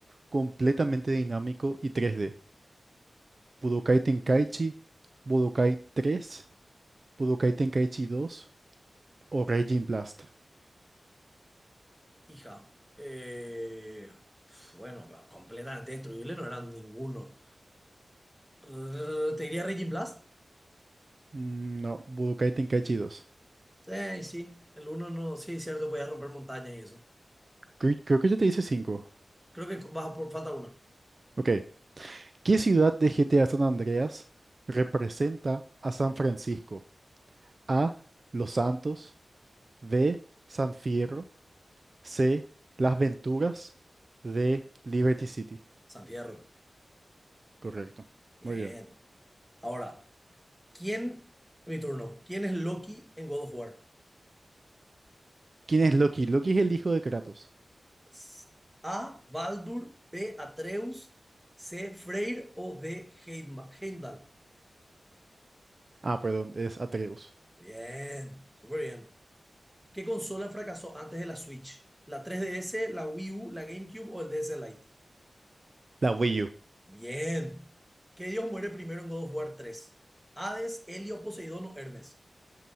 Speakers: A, on the right (about 50°); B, in the centre.
A: completamente dinámico y 3D? ¿Budokai Tenkaichi, Budokai 3, Budokai Tenkaichi 2 o Raging Blast?
B: Hija. Eh, pf, bueno, completamente destruible, no eran ninguno. Rrr, Te diría Raging Blast.
A: Mm, No, Budokai Tenkaichi 2.
B: Eh, sí, el uno no, sí, cierto, voy a romper montañas y eso.
A: Cre- Creo, que ya te dice 5.
B: Creo que baja por falta una.
A: Ok. ¿Qué ciudad de GTA San Andreas representa a San Francisco? A. Los Santos. B. San Fierro. C. Las Venturas de Liberty City.
B: San Fierro.
A: Correcto.
B: Bien.
A: Muy bien.
B: Ahora, ¿quién? Mi turno. ¿Quién es Loki en God of War?
A: ¿Quién es Loki? Loki es el hijo de Kratos.
B: S- A. Baldur, B. Atreus, C. Freyr o D. Heima- Heimdall.
A: Ah, perdón, es Atreus.
B: Bien, súper bien. ¿Qué consola fracasó antes de la Switch? ¿La 3DS, la Wii U, la GameCube o el DS Lite?
A: La Wii U.
B: Bien. ¿Qué dios muere primero en God of War 3? ¿Hades, Helio, Poseidón o Hermes?